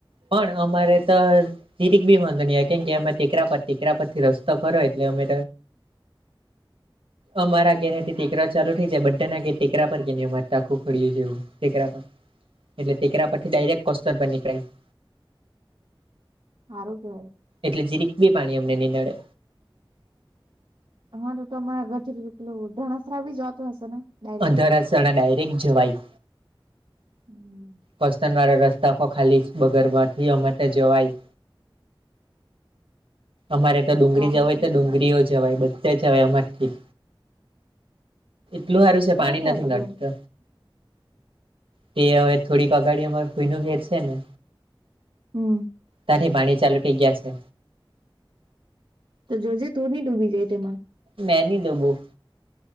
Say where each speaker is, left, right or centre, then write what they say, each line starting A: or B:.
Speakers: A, on the right; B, on the right.
A: પણ અમારે ત જીરીક ભી વાંધો ની આવે કેમ કે અમે ટેકરા પર ટેકરા પર થી રસ્તો ખરો એટલે અમે અમારા ઘેરેથી ટેકરા ચાલુ થઈ જાય બધાના ટેકરા પર કે ન અમારે ટાખું ફડ્યું જેવું. ટેકરા પર એટલે ટેકરા પરથી ડાયરેક્ટ કોસ્ટર પર નીકળાય <inaudible>
B: હારું કેવાય.
A: એટલે જીરીક બી પાણી અમને નઈ નડે.
B: હા તો તમરા આ ઘર થી પેલું ધણસરા બી જવાતું હશે ને ડાયરેક્ટ
A: અધારસણા ડાયરેક્ટ જવાય
B: હમ.
A: વતન વાળા રસ્તા ખાલી બગર માંથી અમાર ત્યા જવાય અમારે તો ડુંગળી
B: હારું
A: જવા હોય
B: કેવાય
A: તો ડુંગળીઓ જવાય બધાય જવાય અમારથી એટલું હારું છે પાણી
B: કેવાય
A: નથી
B: બધું.
A: નડતુ તે હવે થોડીક અઘાડી અમારે ફુઈ નુ ઘેરશે ને
B: હમ.
A: તાથી પાણી ચાલુ થઈ ગયા છે
B: તો જો જેે તું ની ડૂબી જાય તેમાં
A: મેં ની ડુબું